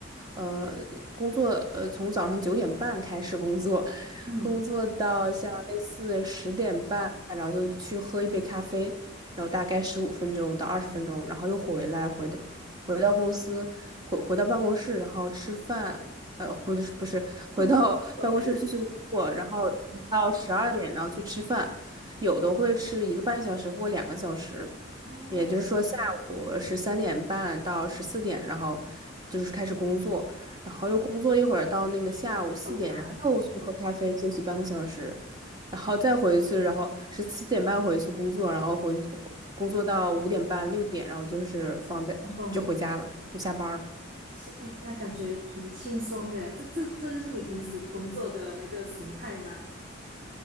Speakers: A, on the right; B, on the right.
A: 呃，工作，呃，从早上九点半开始工作，
B: 嗯，
A: 工作到像类似十点半，然后就去喝一杯咖啡，然后大概十五分钟到二十分钟，然后又回来，回的。回到公司，回回到办公室，然后吃饭，呃，不是不是，回到
B: 工作工作，
A: <laughs> 办公室继续工作，然后一直到十二点，然后去吃饭，有的会吃一个半小时或两个小时，
B: 哦，
A: 也就是说下午十三点半到十四点，然后就是开始工作，然后又工作一会儿到那个下午四点，
B: 就去下午茶，
A: 然后又去喝咖啡休息半个小时，然后再回去，然后是四点半回去工作，然后回回工作到五点半六点，然后就是放在就回家了，
B: 放工回家。
A: 就下班了。
B: 哇。是，哎，那感觉挺轻松的，哎，这这这就是你平时工作的那个形态吗？